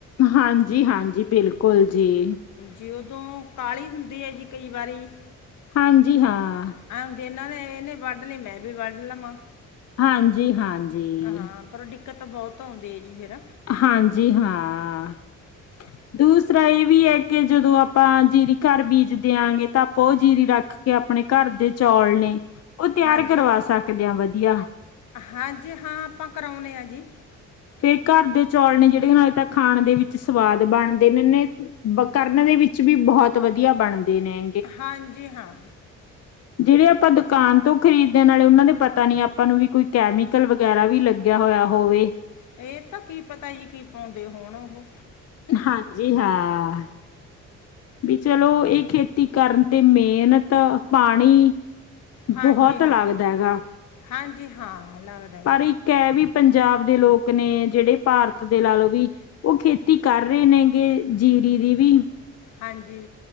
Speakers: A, on the left (about 55°); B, on the left (about 75°).
A: ਹਾਂਜੀ, ਹਾਂਜੀ ਬਿਲਕੁਲ ਜੀ।
B: ਜੀ ਉਦੋਂ ਕਾਹਲੀ ਹੁੰਦੀ ਐ ਜੀ ਕਈ ਵਾਰੀ
A: ਹਾਂਜੀ ਹਾਂ।
B: ਆ ਜੇ ਇਹਨਾਂ ਨੇ, ਇਹਨੇ ਵੱਢ ਲਏ, ਮੈਂ ਵੀ ਵੱਢ ਲਵਾਂ।
A: ਹਾਂਜੀ-ਹਾਂਜੀ।
B: ਹਾਂ ਪਰ ਡਿੱਕਤ ਤਾਂ ਬਹੁਤ ਆਉਂਦੀ ਐ ਜੀ ਫੇਰ।
A: ਹਾਂਜੀ ਹਾਂ।
B: <inaudible>
A: ਦੂਸਰਾ ਇਹ ਵੀ ਐ ਕਿ ਜਦੋਂ ਆਪਾਂ ਜੀਰੀ ਘਰ ਬੀਜ ਦਿਆਂਗੇ, ਤਾਂ ਆਪਾਂ ਉਹ ਜੀਰੀ ਰੱਖ ਕਿ ਆਪਣੇ ਘਰ ਦੇ ਚੌਲ ਨੇ, ਓ ਤਿਆਰ
B: ਹਾਂਜੀ
A: ਕਰਵਾ ਸਕਦੇ ਆ ਵਧੀਆ।
B: ਹਾਂਜੀ ਹਾਂ, ਆਪਾਂ ਕਰਾਉਂਨੇ ਆ ਜੀ।
A: ਫੇਰ ਘਰ ਦੇ ਚੌਲ ਨੇ ਜਿਹੜੇ ਨਾਲੇ ਤਾਂ ਖਾਣ ਦੇ ਵਿੱਚ ਸਵਾਦ ਬਣਦੇ ਨੇ ਕਰਨ ਦੇ ਵਿੱਚ ਵੀ ਬਹੁਤ ਵਧੀਆ ਬਣਦੇ ਨੇ।
B: ਹਾਂਜੀ ਹਾਂ।
A: ਜਿਹੜੇ ਆਪਾਂ ਦੁਕਾਨ ਤੋਂ ਖਰੀਦ ਦੇ ਆ, ਉਹਨਾਂ ਦੇ ਪਤਾ ਨੀ ਆਪਾਂ ਨੂੰ ਵੀ ਕੋਈ ਕੈਮੀਕਲ ਵਗੈਰਾ ਵੀ ਲੱਗਿਆ ਹੋਇਆ ਹੋਵੇ।
B: ਇਹ ਤਾਂ ਕੀ ਪਤਾ ਜੀ ਕੀ ਪਾਉਂਦੇ ਹੋਣ ਉਹ?
A: ਹਾਂਜੀ ਹਾਂ। ਵੀ ਚਲੋ ਇਹ ਖੇਤੀ ਕਰਨ ਤੇ ਮਿਹਨਤ, ਪਾਣੀ
B: ਹਾਂਜੀ
A: ਬਹੁਤ
B: ਹਾਂ
A: ਲੱਗਦਾ ਐ ਗੈ,
B: ਹਾਂਜੀ ਹਾਂ ਲੱਗਦਾ ਜੀ
A: ਪਰ ਇੱਕ ਕਹਿ ਵੀ ਪੰਜਾਬ ਦੇ ਲੋਕ ਨੇ ਜਿਹੜੇ ਭਾਰਤ ਦੇ ਲਾ ਲਓ ਵੀ ਉਹ ਖੇਤੀ ਕਰ ਰਹੇ ਨੇ ਗੇ ਜੀਰੀ ਦੀ ਵੀ
B: ਹਾਂਜੀ।